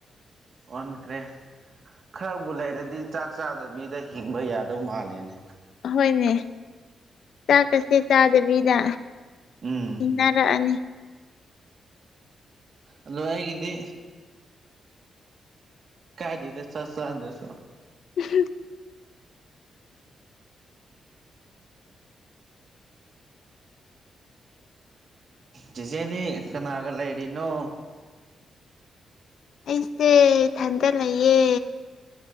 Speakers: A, on the right (about 45°); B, on the left (about 60°).
A: ꯑꯣꯟꯈ꯭ꯔꯦ ꯈꯔꯕꯨ ꯂꯩꯔꯗꯤ ꯆꯥꯛ ꯆꯥꯗꯕꯤꯗ ꯍꯤꯡꯕ ꯌꯥꯗꯧ ꯃꯥꯜꯂꯤꯅꯦ
B: ꯑꯍꯣꯏꯅꯦ ꯆꯥꯛꯀꯁꯦ ꯆꯥꯗꯕꯤꯗ
A: ꯎꯝ
B: ꯏꯟꯅꯔꯑꯅꯤ
A: ꯑꯗꫭ ꯑꯩꯒꯤꯗꯤ ꯀꯥꯏꯗ‌ꯦꯗꯥ ꯆꯛ ꯆꯥꯗꯔꯥꯁꯨ
B: ꯎꯝ <unintelligible>
A: ꯆꯦꯆꯦꯗꯤ ꯀꯅꯥꯒ ꯂꯩꯔꯤꯅꯣ
B: ꯑꯩꯁꯦ ꯏꯊꯟꯗ ꯂꯩꯌꯦ